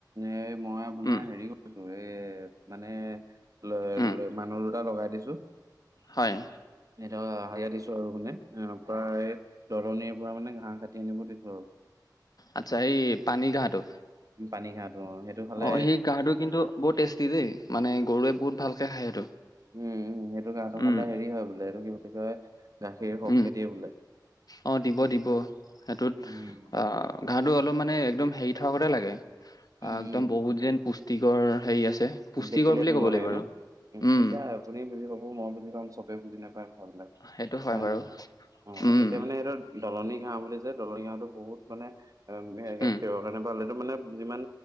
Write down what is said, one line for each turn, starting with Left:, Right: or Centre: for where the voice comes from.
Right: এ মই আপোনাৰ
Left: উম
Right: হেৰি দুৱে এ মানে ল
Left: উম
Right: মানুহ দুটা লগাই দিছো।
Left: হয়,
Right: এ হাজিয়া দিছো আৰু শুনে অ, প্ৰায় দলনিৰ পৰা মানে ঘাঁহ কাটি আনিব লাগিব আৰু।
Left: আচ্ছা, এই পানী ঘাঁহটো।
Right: উম, পানী ঘাঁহটো সেইটো। খালে
Left: অ, সেই ঘাঁহটো কিন্তু বহুত টেষ্টি দেই মানে গৰুৱে বহুত ভালকে খায় সেইটো।
Right: উম, উম, সেইটো গাৰ
Left: উম
Right: ফালে হেৰি হয় বোলে এইটো কি বুলি কয় গাখীৰ সহকে
Left: উম
Right: দিয়ে বোলে।
Left: অ, দিব-দিব সেইটোত
Right: উম,
Left: অ, ঘাহটো অলপ মানে একদম হেৰি থকা গতে লাগে।
Right: উম,
Left: একদম বহুত যেন পুষ্টিকৰ হেৰি আছে। পুষ্টিকৰ
Right: দেখিলে
Left: বুলিয়ে
Right: তেনেকুৱা
Left: ক'ব লাগিব
Right: লাগে
Left: আৰু
Right: ন উ,
Left: উম।
Right: এতিয়া আপুনি বুজি পাব, মই বুজি পাম চবে বুজি নাপায়।
Left: সেইটো
Right: হয়
Left: বাৰু
Right: নহয় অ,
Left: উম
Right: এতিয়া মানে সেইটোত দলনি ঘাঁহ বুলি যে দলনি ঘাঁহটো বহুত মানে গাখীৰৰ
Left: উম
Right: কাৰণে ভাল। এটো মানে যিমান